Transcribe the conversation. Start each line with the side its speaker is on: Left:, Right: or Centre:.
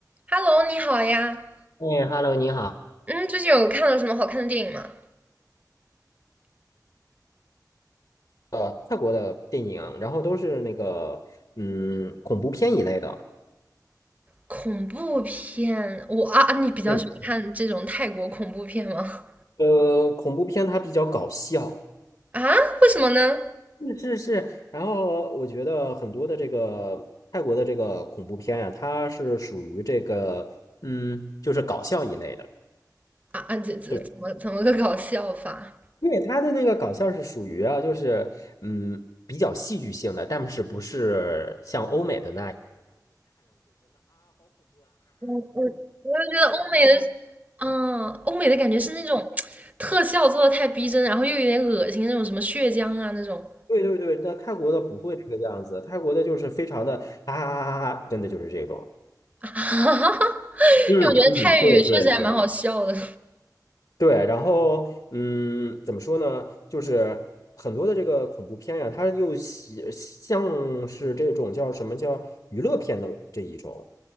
Right: Hello，你好呀。
Left: 哎，Hello，你好。
Right: 嗯，最近有看了什么好看的电影吗？
Left: 呃，泰国的电影，然后都是那个，嗯，恐怖片一类的。
Right: 恐怖片，我啊，你比较喜欢看这种泰国恐怖片吗？
Left: 是。呃，恐怖片它比较搞笑。
Right: 啊，为什么呢？
Left: 是是是。然后我觉得很多的这个泰国的这个恐怖片呀、它是属于这个，嗯，就是搞笑一类的。
Right: 啊啊，这这怎么怎么个搞笑法？
Left: 对，因为它的那个搞笑是属于啊，就是嗯，比较戏剧性的，但是不是像欧美的
Right: 我我我就觉得欧美的，嗯，欧美的感觉是那种特效做的太逼真，然后又有点恶心那种什么血浆啊那种。
Left: 对对对，但泰国的不会这个样子，泰国的就是非常的啊啊啊，啊真的就是这种。
Right: 哈哈，<laughs>
Left: 嗯嗯，
Right: 因为我觉得泰语确实还蛮好笑的
Left: 对对对对，然后嗯，怎么说呢？就是很多的这个恐怖片呀、它又喜像是这种叫什么叫娱乐片的这一种。